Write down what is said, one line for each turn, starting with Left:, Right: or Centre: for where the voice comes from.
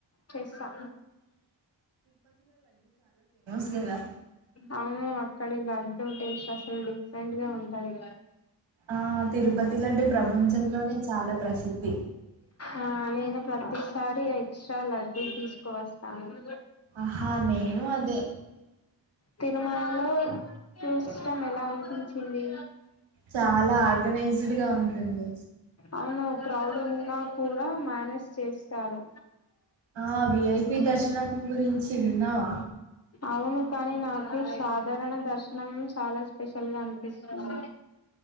Left: చేస్తా.
Right: ద.
Left: అవును అక్కడి లడ్డు టేస్ట్ అసలు డిఫరెంట్ గా ఉంటది.
Right: ఆ తిరుపతి లడ్డు ప్రపంచంలోనే చాలా ప్రసిద్ధి
Left: ఆ నేను ప్రతిసారి ఎక్స్ట్రా లడ్డూ తీసుకోవస్తా. అవును.
Right: ఆహా నేను అదే.
Left: తిరుమలలో తిష్టం ఎలా అనిపించింది.
Right: చాలా ఆర్గనైజ్డ్గా ఉంటుంది
Left: అవును. క్రౌడ్ ఉన్నా కూడా మేనేజ్ చేస్తారు.
Right: ఆ విఐపి దర్శనం గురించి విన్నావా.
Left: అవును కానీ నాకు సాధారణ దర్శనం చాలా స్పెషల్ గా అనిపిస్తుంది.